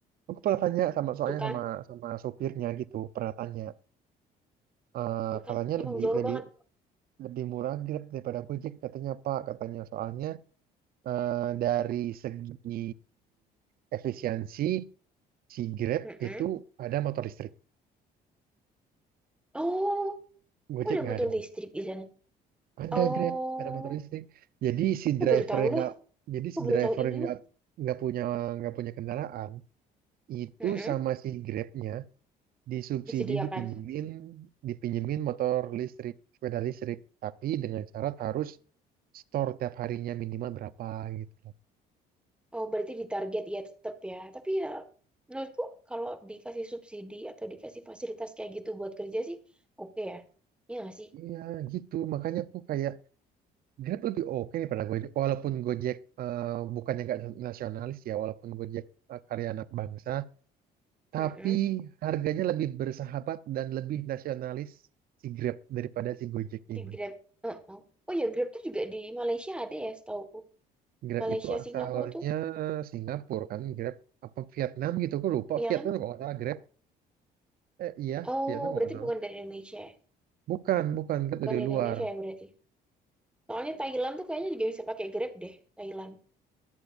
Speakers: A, on the right (about 60°); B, in the centre.
A: Aku pernah tanya sama soalnya
B: Tuh kan,
A: sama sama sopirnya gitu, pernah tanya eh
B: tuh
A: katanya
B: kan, emang
A: lebih
B: jauh
A: lebih
B: banget.
A: lebih murah Grab daripada Gojek katanya Pak katanya soalnya eh, dari segi efisiensi si Grab
B: Mm-mm.
A: itu ada motor listrik
B: Oh,
A: Gojek
B: udah
A: nggak
B: motor
A: ada
B: listrik di sana.
A: ada
B: Oh,
A: Grab ada motor listrik jadi si
B: aku
A: driver
B: baru tahu
A: yang
B: loh.
A: nggak jadi
B: Aku
A: si
B: baru
A: driver
B: tahu ini
A: yang
B: loh.
A: nggak nggak punya nggak punya kendaraan itu
B: Mm-mm.
A: sama si Grabnya disubsidi
B: Disediakan.
A: dipinjemin dipinjemin motor listrik sepeda listrik tapi dengan syarat harus store tiap harinya minimal berapa gitu
B: Oh, berarti di target ya tetap ya. Tapi ya, menurutku kalau dikasih subsidi atau dikasih fasilitas kayak gitu buat kerja sih, oke ya. Iya nggak sih?
A: Iya gitu, makanya aku kayak Grab lebih oke daripada Gojek. Walaupun Gojek eh, bukannya nggak nasionalis ya, walaupun Gojek eh, karya anak bangsa, tapi
B: <clears throat> Mm-mm.
A: harganya lebih bersahabat dan lebih nasionalis si Grab daripada si Gojek
B: di
A: ini.
B: Grab. Heeh. Oh ya Grab tuh juga di Malaysia ada ya setauku.
A: Grab
B: Malaysia
A: itu asalnya
B: Singapura tuh,
A: Singapura kan, Grab apa Vietnam gitu, aku lupa.
B: iya
A: Vietnam
B: kan?
A: kalau nggak salah Grab, eh iya
B: Oh
A: Vietnam kalau
B: berarti
A: nggak salah.
B: bukan dari Indonesia ya?
A: Bukan, bukan Grab
B: Bukan
A: dari
B: di
A: luar.
B: Indonesia ya berarti. Soalnya Thailand tuh kayaknya juga bisa pakai Grab deh, Thailand.